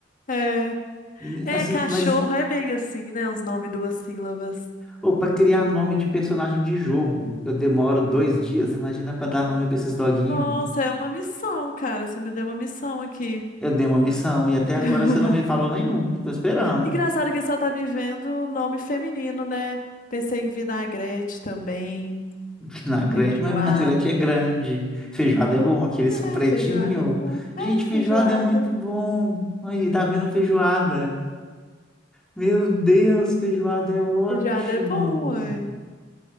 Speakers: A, on the left; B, in the centre.
A: É.
B: E,
A: É,
B: Assim,
A: cachorro
B: mas.
A: é bem assim, né? Uns nomes duas sílabas.
B: Ou para criar nome de personagem de jogo, eu demoro dois dias. Imagina para dar nome para esses doguinhos.
A: Nossa, é uma missão, cara. Você me deu uma missão aqui.
B: Eu dei uma missão e até
A: <laughs>
B: agora você não me falou nenhum. Tô esperando.
A: Engraçado que só tá me vendo nome feminino, né? Pensei em vinagrete também,
B: <laughs> Vinagrete,
A: feijoada.
B: mas vinagrete é grande. Feijoada é bom, aqueles
A: É,
B: são pretinho.
A: feijoada é bom. É,
B: Gente,
A: feijoada.
B: feijoada é muito bom. Olha, tá vindo feijoada. Meu Deus, feijoada é ótimo.
A: Feijoada é bom, uai.